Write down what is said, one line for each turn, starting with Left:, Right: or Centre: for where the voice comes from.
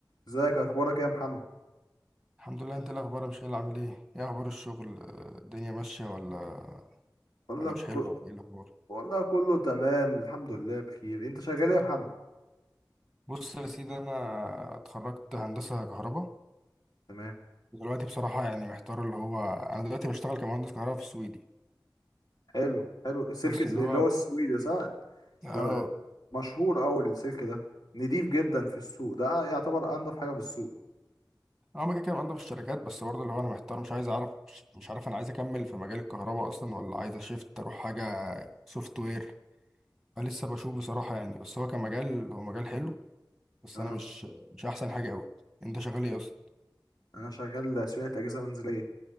Left: ازيك اخبارك إيه يا محمد
Centre: الحمد لله انت ايه الاخبار يا مشايل عامل ايه ايه اخبار الشغل آه، الدنيا ماشيه ولا
Left: بقول
Centre: ولا
Left: لك
Centre: مش حلوه
Left: كل...
Centre: ولا ايه الاخبار
Left: بقول لك كله تمام الحمد لله بخير انت شغال ايه يا محمد
Centre: بص يا سيدي انا اتخرجت هندسه كهرباء
Left: تمام
Centre: ودلوقتي بصراحه يعني محتار اللي هو انا دلوقتي بشتغل كمهندس كهرباء في السويدي
Left: حلو حلو السلك
Centre: بس
Left: الس-
Centre: اللي
Left: اللي
Centre: هو
Left: هو السويدي صح
Centre: اه
Left: ده مشهور اوي السلك ده نضيف جدا في السوق ده يعتبر انضف حاجه في السوق
Centre: اه ما كده كده بقدم في الشركات بس برضه اللي هو انا محتار مش عايز اعرف مش مش عارف انا عايز اكمل في مجال الكهرباء اصلا ولا عايز اشيفت اروح حاجه سوفت وير فلسه بشوف بصراحه يعني بس هو كمجال هو مجال حلو بس
Left: اه
Centre: انا مش مش احسن حاجه قوي انت شغال ايه اصلا
Left: انا شغال صيانه اجهزه منزليه